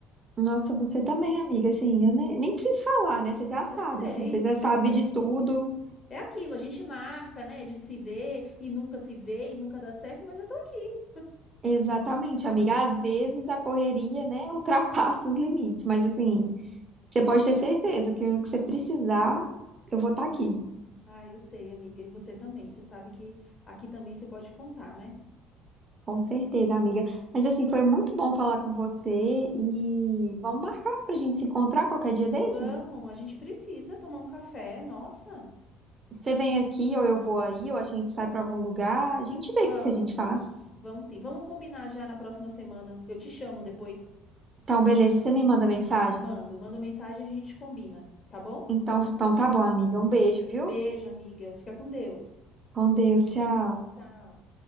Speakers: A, on the right; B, on the left.
A: Nossa, você também, amiga, assim, eu nem, nem preciso falar, né? Você já sabe,
B: Eu sei,
A: assim, você já
B: eu
A: sabe
B: sei.
A: de tudo.
B: É aquilo, a gente marca, né, de se ver e nunca se vê e nunca dá certo, mas eu tô aqui.
A: Exatamente, amiga. Às vezes a correria, né, <laughs> ultrapassa os limites, mas assim, Você pode ter certeza que no que você precisar, eu vou estar aqui.
B: Ah, eu sei, amiga. E você também. Você sabe que aqui também você pode contar, né?
A: Com certeza, amiga. Mas assim, foi muito bom falar com você e vamos marcar pra gente se encontrar qualquer dia desses?
B: Vamos, a gente precisa tomar um café. Nossa,
A: Você vem aqui ou eu vou aí, ou a gente sai pra algum lugar, a gente vê
B: vamos,
A: o que que a gente faz.
B: vamos sim. Vamos combinar já na próxima semana. Eu te chamo depois.
A: Então, beleza, você me manda mensagem?
B: Mando, mando mensagem, a gente combina, tá bom?
A: Então, então tá bom, amiga. Um beijo, viu?
B: Beijo, amiga. Fica com Deus.
A: Com Deus, tchau.
B: Tchau.